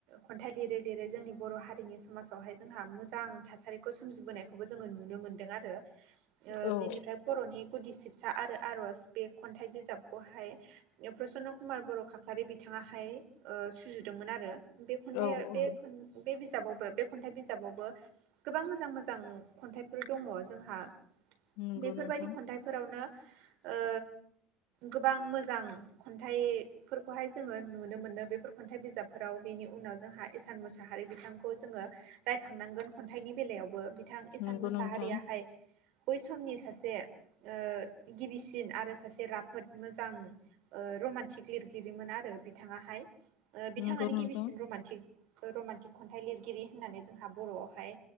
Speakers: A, on the right; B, on the left.
A: खन्थाइ लिरै जेरै जोंनि बर' हारिनि समाजावहाय जोंहा मोजां थासारिखौ सोमजिबोनायखौबो जोङो नुनो मोनदों आरो। ओ
B: औ
A: बिनिफ्राय बर'नि गुदि सिबसा आरो आरज बे खन्थाइ बिजाबखौहाय प्रसन्न कुमार बर' खाख्लारि बिथाङाहाय ओ सुजुदोंमोन आरो। बे खन्थाइया
B: औ
A: बे
B: औ
A: खन बे बिजाबावबो बे खन्थाइ बिजाबावबो गोबां मोजां मोजां खन्थाइफोर दङ जोंहा
B: नंगौ
A: बेफोरबायदि
B: नोंथां
A: खन्थाइफोरावनो ओ गोबां मोजां खन्थाइफोरखौहाय जोङो नुनो मोनो बेफोर खन्थाइ बिजाबफोराव बेनि उनाव जोंहा इस इसान मुसाहारि बिथांखौ जोङो रायखांनांगोन खन्थाइनि बेलायावबो। बिथां इसान
B: नंगौ
A: मुसाहारियाहाय
B: नोंथां
A: बै समनि सासे ओ गिबिसिन आरो सासे राफोद मोजां ओ रमान्टिक लिरगिरिमोन आरो बिथाङाहाय बिथाङानो
B: नंगौ नोंथां
A: गिबिसिन रमान्टिक रमान्टिक खन्थाइ लिरगिरि होननानै जोंहा बर'आवहाय